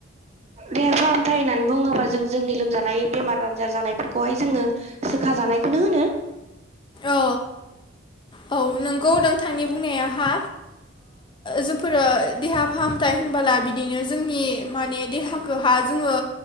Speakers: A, on the right; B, on the left.
A: देहा फाहामथाय होननानै बुङोबा जों जोंनि लोमजानाय बेमार आजार जानायफोरखौहाय जोङो सोखाजानायखौनो होनो।
B: औ औ नोंगौ नोंथांनि बुंनाया हा, जोंफोरो देहा फाहामथाय होनबोला बिदिनो जोंनि माने देहाखौहा जोङो